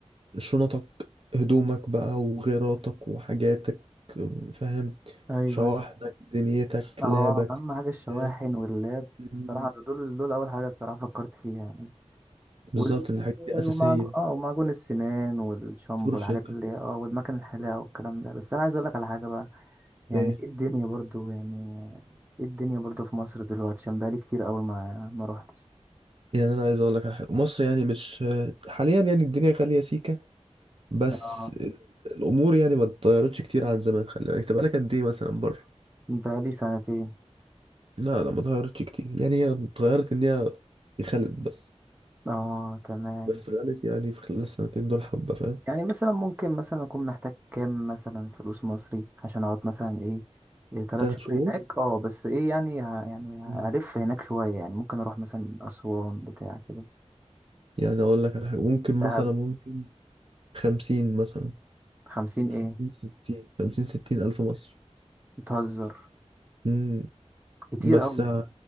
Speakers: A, on the right (about 50°); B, on the right (about 15°).
A: شنطك هدومك بقى وغيراتك وحاجاتك آه، فاهم
B: ايوه
A: شواحنك دنيتك
B: اه
A: لابك
B: اهم حاجه الشواحن
A: فاهم؟
B: واللاب الصراحه
A: مم.
B: دول دول اول حاجه الصراحه فكرت فيها يعني
A: بالظبط
B: وال-
A: إن الحاجات
B: ومعجون
A: دي أساسية
B: اه ومعجون السنان والشامبو
A: فرشتك
B: والحاجات اللي هي اه والمكان الحلاقه والكلام ده بس انا عايز اقول لك على حاجه بقى يعني
A: ايه
B: ايه الدنيا برضو يعني ايه الدنيا برضو في مصر دلوقتي عشان بقالي كتير قوي ما ما روحتش
A: يعني أنا عايز أقول لك على حاجة مصر يعني مش آه، حاليا يعني الدنيا غالية سيكة بس
B: اه
A: ال- الأمور يعني ما اتغيرتش كتير عن زمان خلي بالك انت بقالك قد ايه مثلا بره
B: بقالي سنتين
A: لا لا ما اتغيرتش كتير يعني هي اتغيرت ان هي خلت بس
B: اه تمام
A: بس غلت يعني في خلال السنتين دول حبة فاهم
B: يعني مثلا ممكن مثلا اكون محتاج كام مثلا فلوس مصري عشان اقعد مثلا ايه إيه تلات
A: تلات
B: شهور
A: شهور
B: هناك اه بس ايه يعني ه... يعني
A: مم.
B: هلف هناك شوية يعني ممكن اروح مثلا اسوان بتاع كده
A: يعني اقول لك على حاجة ممكن
B: دهب
A: مثلا ممكن خمسين مثلا
B: خمسين ايه
A: خمسين ستين خمسين ستين ألف مصري
B: بتهزر
A: مم.
B: كتير
A: بس
B: قوي
A: ه-